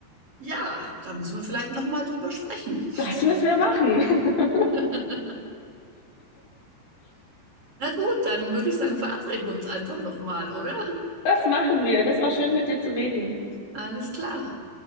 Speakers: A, on the right (about 35°); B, on the left (about 75°).
A: Ja, da müssen wir vielleicht nochmal drüber sprechen.
B: Das müssen wir machen. <laughs>
A: <laughs> Na gut, dann würde ich sagen, verabreden wir uns einfach nochmal, oder?
B: Das machen wir. Das war schön, mit dir zu reden.
A: Alles klar.